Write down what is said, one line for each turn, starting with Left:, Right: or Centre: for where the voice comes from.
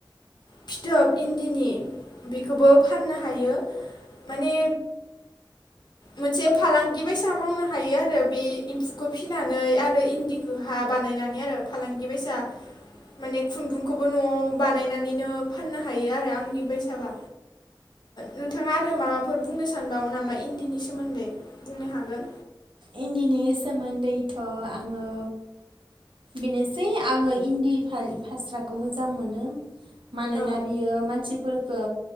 Left: फिथोब इन्दिनि बेखौबो फाननो हायो। माने मोनसे फालांगि बायसा मावनो हायो आरो बे एम्फुखौ फिनानै आरो इन्दिखौहा बानायनानै आरो फालांगि बायसा माने खुन्दुंखौबो न'आव बानायनानैनो फाननो हायो आरो आंनि बायसाबा नोंथाङा आरो माबाफोर बुंनो सानबावो नामा? इन्दिनि सोमोन्दै बुंनो हागोन।
Right: इन्दिनि सोमोन्दैथ' आङो बेनोसै आङो इन्दि फालि फास्राखौ मोजां मोनो। मानोना
Left: औ
Right: बियो मानसि ओ